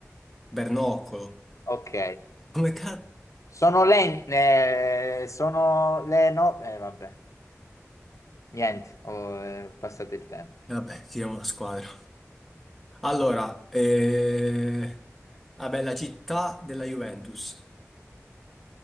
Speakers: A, in the centre; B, on the left.
A: bernoccolo.
B: Ok.
A: Come cazzo?
B: Sono le... eh, sono le no... Eh, vabbè. Niente, ho eh, passato il tempo.
A: Vabbè, siamo una squadra. Allora, eh... vabbè, la città della Juventus.